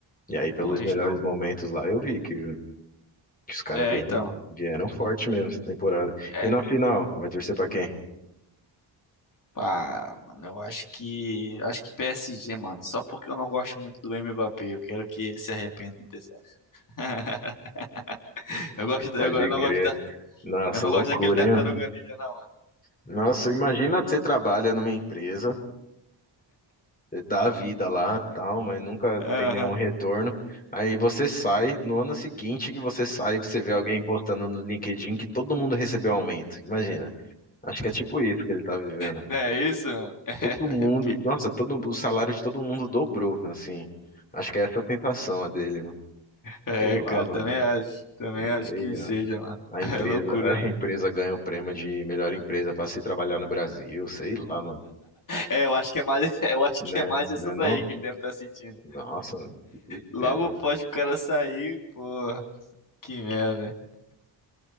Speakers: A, on the left; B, on the left.
A: E aí
B: Pô,
A: pelos
B: eles
A: melhores
B: estão.
A: momentos lá eu vi que, que os caras
B: É,
A: vieram,
B: então.
A: vieram forte mesmo essa temporada.
B: É.
A: E na final, vai torcer pra quem?
B: Pá, mano, eu acho que. Acho que PSG, mano. Só porque eu não gosto muito do Mbappé. Eu quero que ele se arrependa dessa. <laughs> Eu gosto, da-
A: Pode
B: eu não
A: crer.
B: gosto da
A: Nossa,
B: Eu não
A: loucura,
B: gosto daquele tartaruga
A: hein?
B: ninja, não, mano.
A: Nossa, imagina você trabalha numa empresa dá a vida lá, tal, mas nunca
B: Aham.
A: tem nenhum retorno. Aí você sai, no ano seguinte que você sai, você vê alguém postando no LinkedIn que todo mundo recebeu aumento. Imagina. Acho que é tipo isso que ele tá vivendo.
B: Não é isso, mano? <laughs>
A: Todo mundo, nossa, todo o salário de todo mundo dobrou, assim. Acho que é essa a sensação a dele, mano.
B: É,
A: Sei lá,
B: cara,
A: mano.
B: também acho. Também
A: Não
B: acho
A: sei.
B: que
A: A
B: seja, mano. <laughs>
A: a
B: É
A: empresa,
B: loucura,
A: a <laughs> empresa
B: né?
A: ganha o prêmio de melhor empresa para se trabalhar no Brasil, sei lá, mano.
B: É, eu acho que é mais, <laughs> eu acho
A: Né?
B: que é mais essa
A: Né
B: daí
A: não?
B: que ele deve estar sentindo.
A: Nossa, mano, que tristeza.
B: Logo após que o cara sair, porra, que merda.